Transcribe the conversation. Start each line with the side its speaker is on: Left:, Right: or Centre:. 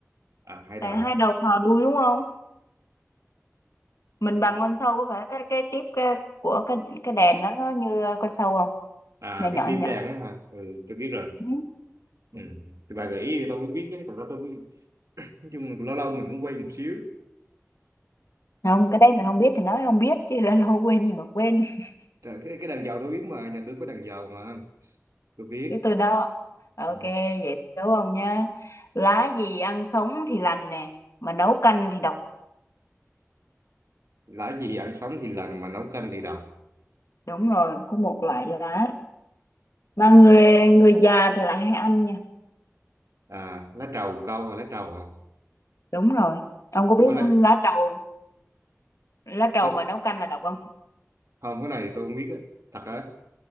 Right: À hai đầu.
Left: tại hai đầu thò đuôi đúng không? Mình
Right: Ừ.
Left: bằng con sâu có phải cái cái tiếp cái, của cái cái đèn đó nó như con sâu không?
Right: À
Left: Nhỏ nhỏ
Right: cái tim
Left: nhỏ.
Right: đèn á hả? Ừ, tôi biết rồi.
Left: Ừ.
Right: Ừ. Thì bà gợi ý thì tôi mới biết chứ, còn đó tôi nói chung là lâu lâu mình cũng quay một xíu
Left: Không, cái đấy mình không biết thì nói không biết chứ đã lâu quên gì mà quên. <laughs>
Right: Trời, cái cái đàn dầu tôi biết mà nhà tôi có đàn dầu mà tôi biết
Left: Cái tôi đó. Ok,
Right: ừ.
Left: vậy đúng không nha. Lá gì ăn sống thì lành nè, mà nấu canh thì độc.
Right: lã gì ăn sống thì làm mà nấu canh thì đồng
Left: Đúng rồi, có một loại lá mà người người già thì lại hay ăn nha.
Right: à lá trầu câu là lá trầu à
Left: đúng rồi ông có biết
Right: ủa lá
Left: lá trầu lá trầu
Right: lá
Left: mà nấu canh là độc không
Right: không cái này thì tôi không biết á. thật á